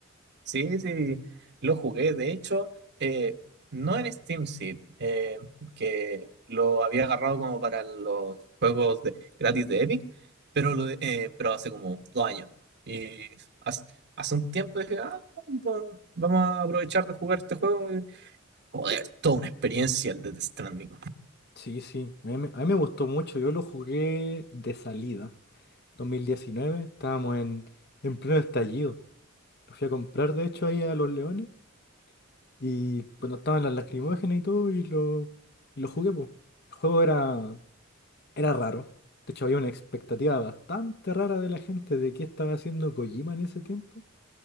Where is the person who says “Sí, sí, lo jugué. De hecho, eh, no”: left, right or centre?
Right